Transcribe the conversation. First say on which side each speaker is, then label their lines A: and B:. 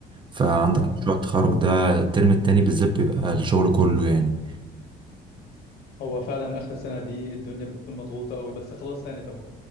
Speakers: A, on the right (about 30°); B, on the left (about 70°).
A: فعندك
B: اه
A: مشروع التخرج ده الترم التاني بالذات بيبقى الشغل كله يعني
B: هو فعلا اخر سنة دي الدنيا بتكون مضغوطة قوي بس خلاص سانت اهو